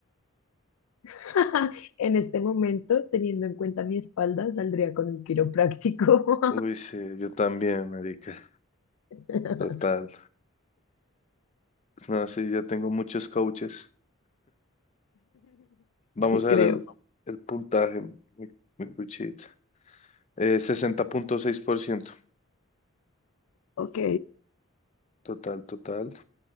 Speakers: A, on the left; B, on the left.
A: <laughs> En este momento, teniendo en cuenta mi espalda, saldría con un quiropráctico.
B: Uy, sí, yo también, marica.
A: <laughs>
B: Total. No, sí, ya tengo muchos coaches. Vamos
A: Sí,
B: a
A: creo.
B: ver el, el puntaje, mi, mi cuchita. Eh, sesenta punto seis por ciento
A: Ok.
B: Total, total.